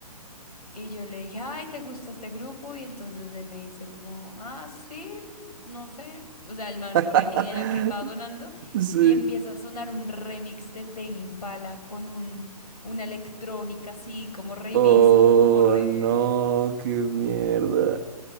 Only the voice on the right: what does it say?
<laughs>
Sí.
Oh,
no, qué mierda.